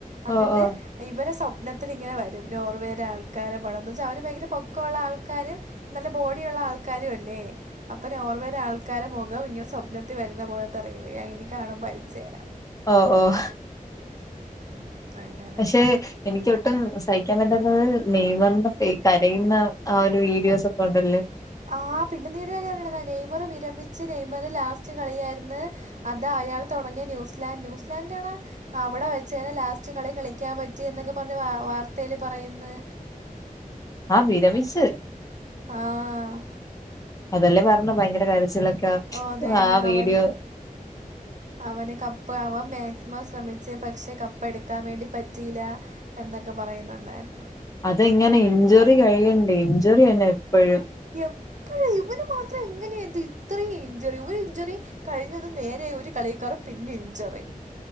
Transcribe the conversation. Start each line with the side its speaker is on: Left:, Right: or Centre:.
Right: അന്നിട്ട്
Left: ഓ ഓ
Right: ഇവരെ സ്വപ്നത്തില് ഇങ്ങനെ വരും നോർവേയുടെ ആൾക്കാരെ പടം എന്ന് വെച്ചാ അവർ ഭയങ്കര പൊക്കമുള്ള ആൾക്കാര് നല്ല ബോഡിയുള്ള ആൾക്കാരും അല്ലേ, അപ്പോ നോർവേയുടെ ആൾ ക്കാരെ മുഖം ഇങ്ങനെ സ്വപ്നത്തിൽ വരുന്ന പോലത്തെ റീൽ ഞാൻ ഇനി കാണുമ്പോ അയച്ചു തരാം
Left: ഓഹ് ഓഹ്
Right: ഉം, അങ്ങനെ
Left: പക്ഷെ എനിക്കൊട്ടും സഹിക്കാൻ പറ്റാത്തത് നെയ്മറിന്റെ കരയുന്ന ആ ഒരു വീഡിയോസ് ഒക്കെ ഉണ്ടല്ലോ
Right: ആഹ് പിന്നെ നീയ്യൊരു കാര്യം അറിയണതാ നെയ്മർ വിരമിച്ച്, നെയ്മർ ലാസ്റ്റ് കളിയായിരുന്ന് അതാ അയാൾ തുടങ്ങിയ ന്യൂസ്ലാൻഡ് ന്യൂസ്ലാൻഡാണാ അവിടെ വെച്ചെന്നെ ലാസ്റ്റ് കളി കളിക്കാൻ പറ്റി എന്നൊക്കെ പറഞ്ഞ് വാ വാർത്തയിൽ പറയുന്ന്
Left: ആഹ് വിരമിച്ച്
Right: ആഹ്
Left: അതല്ലേ പറഞ്ഞെ ഭയങ്കര കരച്ചിലൊക്കെ
Right: ഓ, അത് തന്നെ
Left: ആ
Right: അവൻ
Left: വീഡിയോ
Right: അവന് കപ്പ് അവൻ മാക്സിമം ശ്രമിച്ച് പക്ഷെ കപ്പ് എടുക്കാൻ വേണ്ടി പറ്റിയില്ല എന്നൊക്കെ പറയുന്നുണ്ടായിരുന്നു
Left: അതെങ്ങനെ ഇഞ്ചുറി കഴിയണ്ടേ ഇഞ്ചുറി തന്നെ എപ്പോഴും
Right: എപ്പോഴും ഇവന് മാത്രം എങ്ങനെ എന്തോ ഇത്രയും ഇഞ്ചുറി, ഒരു ഇഞ്ചുറി കഴിഞ്ഞതും നേരെ ഒരു കളിക്കേറും പിന്നെ ഇഞ്ചുറി